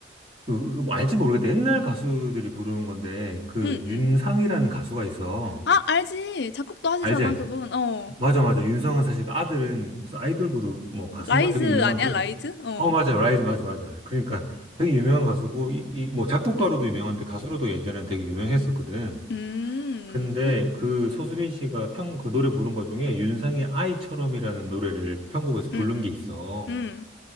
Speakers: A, on the right; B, on the left.
A: 그, 그뭐 알지 모르겠다. 옛날 가수들이 부르는 건데 그
B: 응,
A: 윤상이라는
B: 응.
A: 가수가 있어.
B: 아, 알지. 작곡도 하시잖아,
A: 알지, 알지.
B: 그분. 어.
A: 맞아, 맞아. 윤상은 사실 그 아들은 무슨 아이돌 그룹 뭐 가수인가
B: 라이즈
A: 되게 유명한
B: 아니야?
A: 그래서
B: 라이즈? 어.
A: 어 맞아 라이즈 맞아 맞아 그러니까 되게 유명한 가수고 이, 이 뭐 작곡가로도
B: 응,
A: 유명한데 가수로도 예전엔 되게 유명했었거든.
B: 음,
A: 근데 그 소수빈 씨가 편 그 노래 부른 거 중에 윤상의 아이처럼이라는 노래를 편곡에서 부른
B: 음, 음,
A: 게 있어.
B: 음.